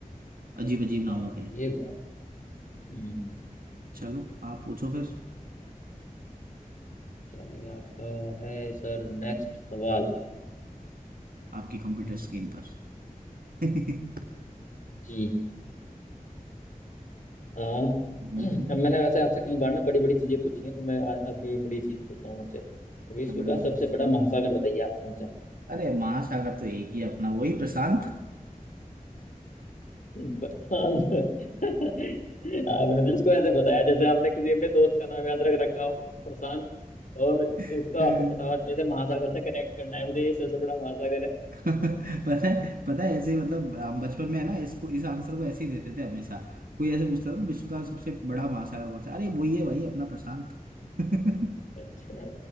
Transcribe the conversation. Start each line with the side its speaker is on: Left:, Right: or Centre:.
Right: अजीब
Left: अच्छा,
Right: अजीब नामों के
Left: ये बात हम्म
Right: चलो आप पूछो फिर
Left: चलिए आपका है सर नेक्स्ट सवाल
Right: आपकी कंप्यूटर
Left: हम्म,
Right: स्क्रीन पर <laughs>
Left: जी हाँ
Right: हम्म हम्म
Left: अब मैंने वैसे आपसे कई बार ना बड़ी बड़ी चीजें पूछी हैं तो मैं आ- अब भी बड़ी चीज पूछता हूँ आपसे विश्व
Right: बड़ी
Left: का
Right: बड़ी
Left: सबसे बड़ा महासागर बताइए आप कौन सा है
Right: अरे महासागर तो एक ही है अपना वही प्रशांत
Left: <laughs> प्रशांत आपने तो इसको ऐसे बताया जैसे आपने किसी अपने दोस्त का नाम याद रख रखा हो प्रशांत और उसको
Right: <laughs>
Left: आपको पता हुआ जैसे महासागर से कनेक्ट करना है मुझे ये सबसे बड़ा महासागर है
Right: <laughs> पता है पता है ऐसे ही, मतलब हम बचपन में है ना इसको इस आंसर को ऐसे ही देते थे हमेशा कोई ऐसे पूछता था
Left: हम्म,
Right: ना विश्व का सबसे बड़ा महासागर कौन सा अरे वही है भाई अपना प्रशांत <laughs>
Left: अच्छा